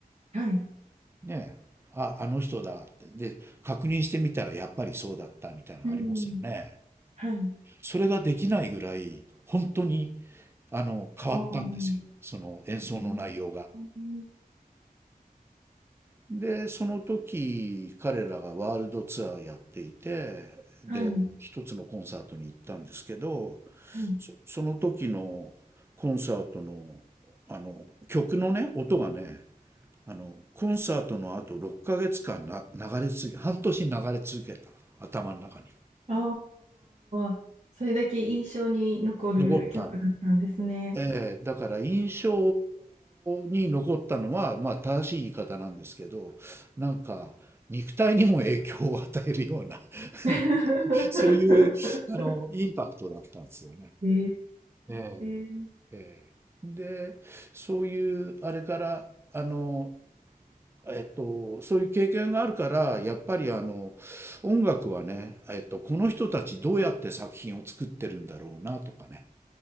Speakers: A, on the right; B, on the right.
A: はい。
B: ねえ。あ、あの人だって。で、確認してみたらやっぱりそうだったみたいなのありますよね。
A: うん。はい。
B: それができないぐらい、本当に、あの、変わったんですよ。
A: あー
B: その演奏の内容が。
A: うん
B: で、その時、彼らがワールドツアーやっていて、で、
A: はい。は
B: 一つのコンサートに行ったんですけど、
A: い。
B: そ、その時のコンサートの、あの、曲のね、音がね、あの、コンサートの後6ヶ月間な、流れ続け、半年流れ続けた。頭の中に。
A: ああ、それだけ印象に残る曲だったんですね。
B: 残った。ええ、だから印象に残ったのは、まあ正しい言い方なんですけど、なんか肉体にも影響を与えるような <laughs>
A: <laughs>
B: <laughs> そういう、あの、インパクトだったんですよね。
A: え
B: ええ
A: え
B: ええで、そういう、あれから、あの、えっと、そういう経験があるから、やっぱりあの、音楽はね、えっと、この人たちどうやって作品を作ってるんだろうなとかね、